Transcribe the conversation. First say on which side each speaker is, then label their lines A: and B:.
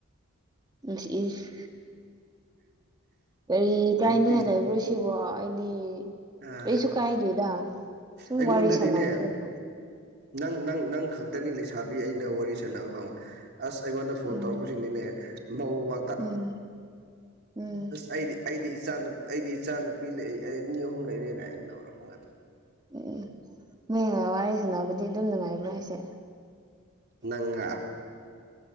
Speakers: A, on the right; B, on the right.
A: <unintelligible> ꯑꯦꯔꯤ ꯀꯥꯏꯅꯤ
B: ꯅꯨꯄꯤ
A: ꯍꯥꯏꯜꯂꯦꯕ ꯁꯤꯕꯣ ꯑꯩꯗꯤ
B: ꯑꯥ
A: ꯀꯩꯁꯨ ꯀꯥꯏꯗꯦꯗ ꯁꯨꯝ
B: ꯑꯩꯉꯣꯟꯗꯗꯤꯅꯦ
A: ꯋꯥꯔꯤ ꯁꯥꯟꯅꯕꯗꯨꯕꯣ
B: ꯅꯪ ꯅꯪ ꯅꯪ ꯈꯛꯇꯅꯤ ꯂꯩꯁꯥꯕꯤ ꯑꯩꯅ ꯋꯥꯔꯤ ꯁꯥꯟꯅꯕ ꯐꯪꯉ ꯑꯁ ꯑꯩꯉꯣꯟꯗ ꯐꯣꯟ
A: ꯎꯝ
B: ꯇꯧꯔꯛꯄꯁꯤꯡꯅꯤꯅꯦ ꯃꯧ ꯉꯥꯛꯇ
A: ꯎꯝ ꯎꯝ
B: ꯑꯁ ꯑꯩꯗꯤ ꯑꯩꯗꯤ ꯏꯆꯥ ꯑꯩꯗꯤ ꯏꯆꯥ ꯅꯨꯨꯄꯤ ꯂꯩ ꯑꯩ ꯃꯤ ꯑꯍꯨꯝ ꯂꯩꯔꯦ ꯀꯥꯏꯅ ꯂꯧꯧꯔꯛꯄ ꯉꯥꯛꯇꯅꯤ
A: ꯎꯝ ꯃ ꯋꯥꯔꯤ ꯁꯥꯟꯅꯕꯗꯤ ꯑꯗꯨꯝ ꯅꯨꯡꯉꯥꯏꯕ꯭ꯔꯥ ꯍꯥꯏꯁꯦ
B: ꯅꯪꯒꯥꯥ